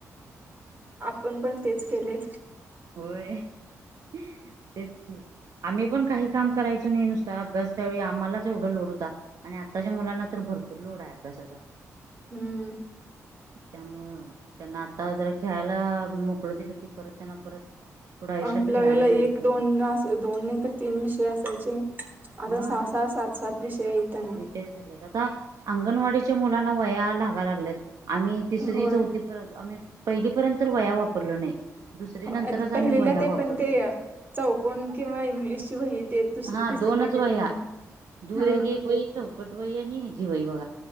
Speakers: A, on the right; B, on the right.
A: आपण पण तेच केले.
B: होय तेच आम्ही पण काही, काम कराचं नाही, नुसत अभ्यास त्यावे आम्हालाच एवढा लोड होता, आणि आताच्या मुलांना तर भरपूर लोड आहे, अभ्यास <unintelligible>
A: हम्म
B: त्यामुळं त्यांना आता, जरा खेळायला मोकळ दिलं कि परत त्यांना परत, पुढं आयुष्यात
A: आपल्या
B: खेळायला
A: वेळेला
B: मिळते.
A: एक दोन दोन नाही, तर तीन विषय असायचे. आता
B: हा
A: सहा सहा सात सात विषय आहेत त्यांना
B: विशे झा आता अंगणवाडी, मुलांना वया लागा लागल्यात, आम्ही तिसरी
A: होय
B: चौथी पर्यंतआम्ही, पहिलीपर्यंत वहया वापरलं नाही. दुसरी
A: हो
B: नंतरच आम्ही
A: पहिलेला
B: वह्या
A: ते
B: वापरलय
A: पण ते चौकन किंवा इंग्लिशची वही, ते दुसरी
B: हा
A: तिसरीला
B: दोनच
A: गेल्यावर
B: वया,
A: मग
B: दूरे
A: हा
B: ग को त कटवयया नाही, ह जीवाई बघ